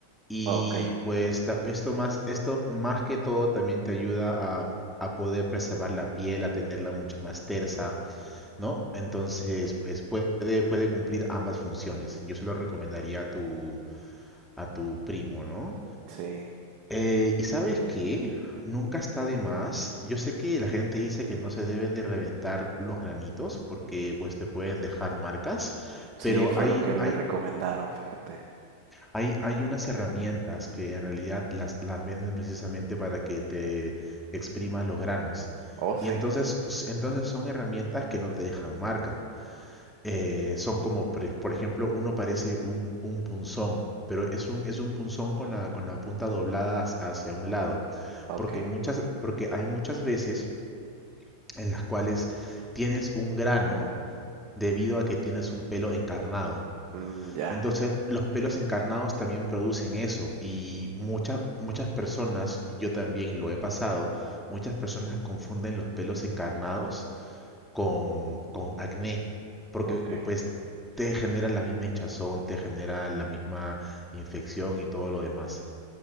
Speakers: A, in the centre; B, on the right.
A: Y
B: Ok.
A: pues ta- esto más, esto más que todo también te ayuda a, a poder preservar la piel, a tenerla mucho más tersa, ¿no? Entonces, pues puede, puede cumplir ambas funciones. Yo se lo recomendaría a tu, a tu primo, ¿no?
B: Sí.
A: Eh, ¿y sabes qué? Nunca está de más. Yo sé que la gente dice que no se deben de reventar los granitos porque pues te pueden dejar marcas,
B: Sí,
A: pero
B: fue
A: hay,
B: lo que le
A: hay,
B: recomendaron, fíjate.
A: hay, hay unas herramientas que en realidad las, las venden precisamente para que te exprimas los granos.
B: Oh, sí.
A: Y entonces, s- entonces son herramientas que no te dejan marca. eh, son como, pre- por ejemplo, uno parece un, un punzón, pero es un, es un punzón con la, con la punta doblada hacia, hacia un lado,
B: Ok.
A: porque muchas, porque hay muchas veces en las cuales tienes un grano debido a que tienes un pelo encarnado.
B: Mm, ya.
A: Entonces, los pelos encarnados también producen eso y muchas muchas personas, yo también lo he pasado, muchas personas confunden los pelos encarnados con, con acné, porque
B: Ok.
A: pues te genera la misma hinchazón, te genera la misma infección y todo lo demás.